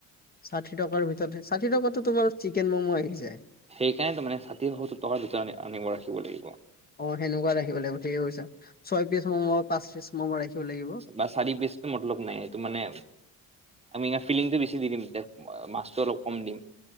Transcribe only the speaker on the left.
ষাঠি টকাৰ ভিতৰতে ষাঠিটকাতো তোমাৰ চিকেন ম'মো আহি যায়।
অ সেনেকুৱা ৰাখিব লাগিব ঠিকে কৈছো ছয় পিচ ম'ম' পাঁচ পিচ মম' ৰাখিব লাগিব।